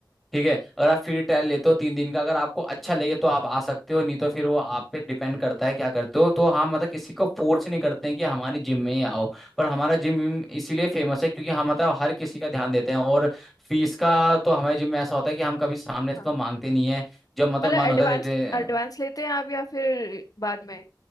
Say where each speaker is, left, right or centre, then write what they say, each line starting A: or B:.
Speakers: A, in the centre; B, on the left.
A: ठीक है अगर आप फ्री ट्रायल लेते हो तीन दिन का अगर आपको अच्छा लगे तो आप आ सकते हो नहीं तो फिर वो आप पे डिपेंड करता है क्या करते हो तो हम मतलब किसी को फोर्स नहीं करते हैं कि हमारे जिम में ही आओ पर हमारा जिम इसीलिए फेमस है क्योंकि हम मतलब हर किसी का ध्यान देते हैं और फीस का तो हमारे जिम में ऐसा होता है कि हम कभी सामने से
B: हाँ
A: तो मांगते नहीं है जब मतलब
B: मतलब
A: मन
B: एडवांस
A: होता है देते हैं
B: एडवांस लेते हैं आप या फिर बाद में